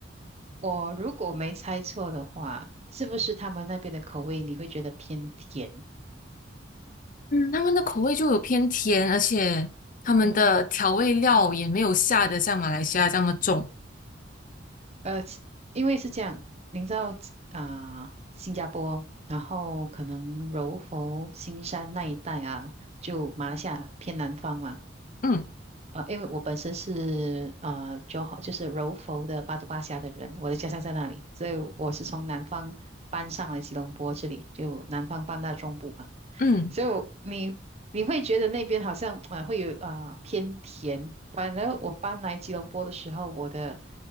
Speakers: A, on the right; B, on the left.
A: 我如果没猜错的话，是不是他们那边的口味你会觉得偏甜？
B: 他们的口味就有偏甜，而且他们的调味料也没有下的像马来西亚这么重。
A: 嗯哼呃，其因为是这样，你知道啊、呃新加坡，然后可能柔佛、新山那一带啊，就马来西亚偏南方嘛。
B: 嗯
A: 呃，因为我本身是呃就好就是柔佛的巴都巴辖的人，我的家乡在那里，所以我是从南方搬上来吉隆坡这里，就南方搬到中部嘛。
B: 嗯
A: 所以我你你会觉得那边好像啊、呃会有啊、呃偏甜，反而我搬来吉隆坡的时候，我的